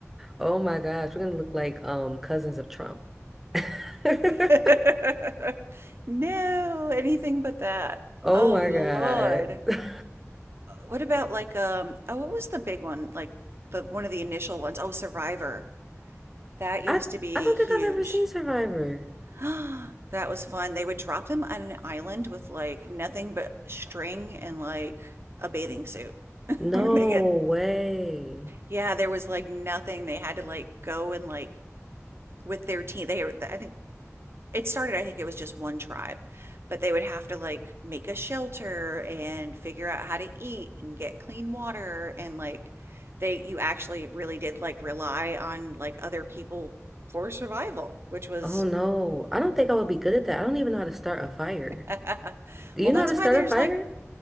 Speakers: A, in the centre; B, on the right.
A: Oh my gosh, we're gonna look like um cousins of Trump. <laughs>
B: <laughs> No, anything but that.
A: Oh
B: Oh
A: my
B: Lord.
A: God. <laughs> I
B: What about like um oh what was the big one? Like the one of the initial ones. Oh, Survivor. That used
A: I
B: to be
A: don't
B: huge.
A: think I've ever seen Survivor.
B: <gasps> That was fun. They would drop them on an island with like nothing but string and like a bathing suit. <laughs>
A: No
B: When they get
A: way.
B: Yeah, there was like nothing. They had to like go and like with their team. They I think it started i think it was just one tribe but they would have to like make a shelter and figure out how to eat and get clean water and like they you actually really did like rely on like other people for survival which was
A: Oh no. I don't think I would be good at that. I don't even know how to start a fire.
B: <laughs>
A: Do
B: well
A: you know
B: that's
A: how to
B: why
A: start
B: there's
A: a fire?
B: like